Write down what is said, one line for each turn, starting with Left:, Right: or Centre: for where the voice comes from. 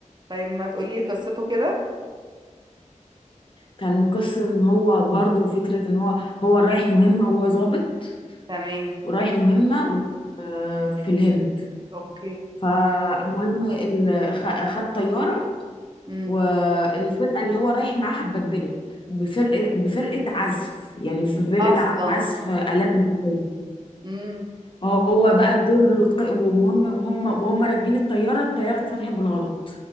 Right: طيب ما تقوليلي قصته كده
Left: كان قصة ان هو برضو فكرة ان هو هو رايح مهمة هو ضابط
Right: تمام
Left: ورايح مهمة و- آه، في الهند
Right: اوكي
Left: فالمهم ال- خ- خد طيارة
Right: مم.
Left: والفرقة اللي هو رايح معاها اتبدلت بفرقة بفرقة عزف يعني في فرقة
Right: أصلا
Left: عزف آلات موسيقية
Right: مم.
Left: هو بقى الدور الق- ومهم وهم وهم راكبين الطيارة الطيارة اتفتحت بالغلط